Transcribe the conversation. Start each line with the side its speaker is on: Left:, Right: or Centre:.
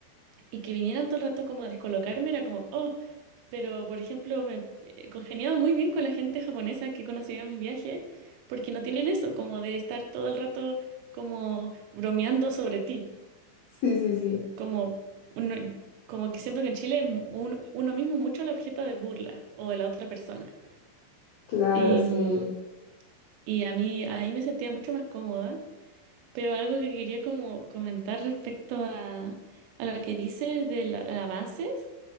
Right: y que vinieran todo el rato como a descolocarme era como, oh, pero, por ejemplo, me eh, congeniaba muy bien con la gente japonesa que conocía en mis viajes, porque no tienen eso, como de estar todo el rato como bromeando sobre ti,
Left: Sí, sí, sí,
Right: como, uno- como que siento que en Chile es mu- un- uno mismo mucho el objeto de burla o de la otra persona.
Left: claro,
Right: Y,
Left: sí,
Right: mm, y a mí ahí me sentía mucho más cómoda, pero algo que quería como comentar respecto a, a lo que dices de los avances.